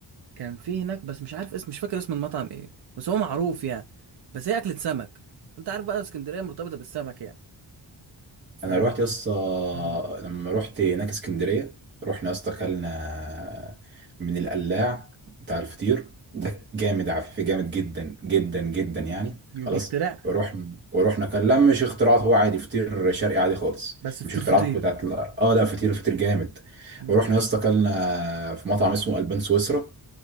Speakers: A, on the right (about 60°); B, on the right (about 25°).
A: كان في هناك بس مش عارف اسم مش فاكر اسم المطعم ايه بس هو معروف يعني بس هي اكلة سمك انت عارف بقى اسكندرية مرتبطة بالسمك يعني ف
B: انا روحت يا اسطى
A: مم.
B: لما روحت هناك اسكندريه رحنا يا اسطى اكلنا من القلاع بتاع الفطير ده جامد عفيف جامد جدا جدا جدا يعني
A: بي-
B: خلاص
A: بيخترع
B: ورحنا ورحنا كان لا مش اختراعات هو عادي فطير شرقي عادي خالص
A: بس فطير
B: مش اختراعات
A: فطير
B: بتاعت ال- اه لا فطير فطير جامد
A: مم.
B: ورحنا يا اسطى اكلنا في مطعم اسمه البان سويسرا